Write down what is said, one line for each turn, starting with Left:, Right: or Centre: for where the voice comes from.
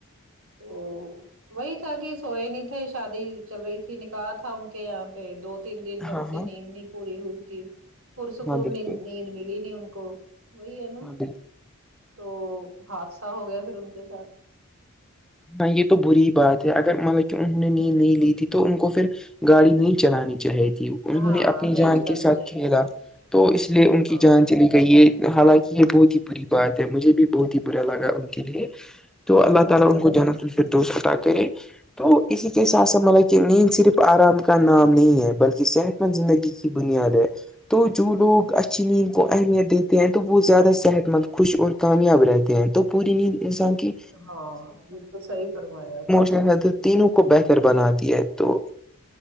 Right: تو وہی تھا کہ سوئے نہیں تھے شادی چل رہی تھی نکاح تھا ان کے یہاں پہ دو تین دن ڈھنگ
Centre: ہاں
Right: سے
Centre: ہاں
Right: نیند نہیں پوری ہو اس کی پرسکون
Centre: ہاں بالکل
Right: نے نیند ملی نہیں ان کو وہی ہے نا
Centre: ہاں بالکل
Right: تو حادثہ ہو گیا پھر ان کے ساتھ
Centre: ہاں یہ تو بری بات ہے اگرملک کہ انہوں نے
Right: ہ
Centre: نیند نہیں لی تھی تو ان کو پھر گاڑی نہیں چلانی چاہے تھی انہوں
Right: ہاں
Centre: نے اپنی
Right: نہیں
Centre: جان
Right: چلانی
Centre: کے ساتھ
Right: چاہیے
Centre: کھیلا
Right: تھی
Centre: تو اس لیے ان
Right: ہاں
Centre: کی جان چلی گئی ہے حالانکہ یہ بہت ہی بری بات ہے مجھے بھی بہت ہی برا لگا ان کے لیے تو اللہ
Right: ہ
Centre: تعالی ان کو جنت الفردوس عطا کرے تو اسی کے ساتھ سا مطلب کہ نیند صرف آرام کا نام نہیں ہے بلکہ صحت مند زندگی کی بنیاد ہے تو جو لوگ اچھی نیند کو اہمیت دیتے ہیں تو وہ زیادہ صحت مند خوش اور کامیاب رہتے ہیں تو پوری نیند انسان کی
Right: ہاں یہ تو سحی فرما یا
Centre: صحت تینوں کو بہتر بناتی ہے تو